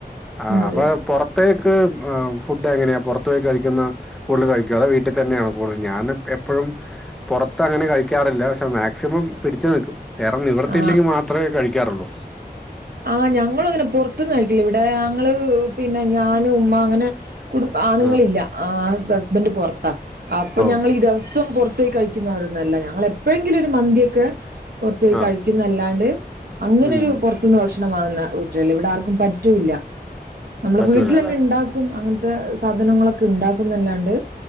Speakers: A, in the centre; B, on the right.
A: ആ
B: അതെ
A: അപ്പൊ പൊറത്തേക്ക് ആഹ് ഫുഡ് എങ്ങനെയാ പൊറത്ത് പോയി കഴിക്കുന്ന കൂടുതല് കഴിക്ക അതൊ വീട്ടി തന്നെണോ കൂടുതലും ഞാന് എപ്പഴും പൊറത്ത് അങ്ങനെ കഴിക്കാറില്ല പക്ഷേ മാക്സിമം പിടിച്ചു നിൽക്കും വേറെ നിവൃത്തില്ലെങ്കിമാത്രെ
B: ആ
A: കഴിക്കാറുള്ളൂ.
B: ആഹ് ഞങ്ങളു അങ്ങനെ പൊറത്ത്ന്ന് കഴിക്കില്ല ഇവിടെ ഞങ്ങള് പിന്നെ ഞാനും ഉമ്മ അങ്ങനെ കുടും ആണ്ങ്ങളില്ല
A: ആ
B: ആ ഹസ്ബന്റ് പൊറത്താ അപ്പൊ
A: ഓ
B: ഞങ്ങള് ഈ ദെവസം പൊർ ത്തോയി കഴിക്കുന്നോരൊന്നുംല്ല ഞങ്ങള് എപ്പഴെങ്കിലും ഒരു മന്തിക്കെ പൊറത്തുപോയി
A: ആ
B: കഴിക്ക്ന്നല്ലാണ്ട് അങ്ങനെ
A: ഉം
B: ഒരു പൊറത്തുന്ന് ഭക്ഷണം വാങ്ങുന്ന ഉട്ടരല്ല ഇവടെ ആർക്കും പറ്റൂല്ല. നമ്മള്
A: പറ്റൂല
B: വീട്ട്ല്ന്നെണ്ടാക്കും
A: അല്ലേ
B: അങ്ങൻത്തെ സാധനങ്ങളൊക്കെണ്ടാക്കുന്നല്ലാണ്ട്